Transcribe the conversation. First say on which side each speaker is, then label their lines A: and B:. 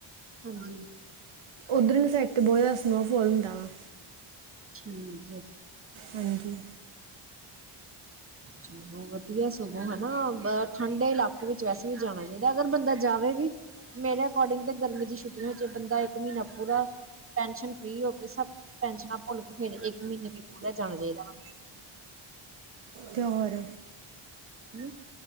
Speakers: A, on the right; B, on the right.
A: ਹਾਂਜੀ।
B: ਉੱਧਰ ਵਾਲੀ ਸਾਈਡ ਤੇ ਬਹੁਤ ਜ਼ਿਆਦਾ ਸਨੋਫਾਲ ਹੁੰਦਾ ਵਾ।
A: ਠੀਕ ਹੈ।
B: ਹਾਂਜੀ
A: ਚਲੋ ਵਧੀਆ ਸਗੋਂ ਹੈ ਨਾ ਠੰਡੇ ਇਲਾਕੇ ਵਿੱਚ ਵੈਸੇ ਵੀ ਜਾਣਾ ਚਾਹੀਦਾ ਅਗਰ ਬੰਦਾ ਜਾਵੇ ਵੀ ਮੇਰੇ ਅਕੋਰਡਿੰਗ ਤੇ ਗਰਮੀ ਦੀ ਛੁੱਟੀਆਂ ਵਿੱਚ ਬੰਦਾ ਇੱਕ ਮਹੀਨਾ ਪੂਰਾ ਟੈਨਸ਼ਨ ਫ੍ਰਰੀ ਹੋ ਕੇ ਸਭ ਟੈਨਸ਼ਨਾਂ ਭੁੱਲ ਕੇ ਫਿਰ ਇੱਕ ਮਹੀਨੇ ਵੀ ਪੂਰਾ ਜਾਣਾ ਚਾਹੀਦਾ।
B: ਤੇ ਹੋਰ
A: ਹੂੰ